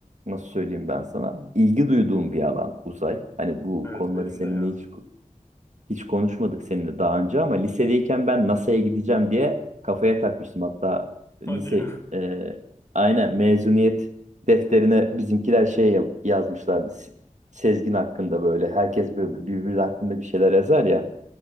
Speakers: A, on the right (about 60°); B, on the left (about 20°).
A: nasıl söyleyeyim ben sana? İlgi duyduğum bir alan uzay. Hani bu
B: Evet
A: konuları
B: benim
A: seninle
B: de ya.
A: hiç hiç konuşmadık seninle daha önce ama lisedeyken ben NASA'ya gideceğim diye kafaya takmıştım. Hatta lise
B: Hadi ya. <laughs>
A: e, aynen mezuniyet defterine bizimkiler şey ya- yazmışlardı. Se- Sezgin hakkında böyle herkes böyle birbiri hakkında bir şeyler yazar ya.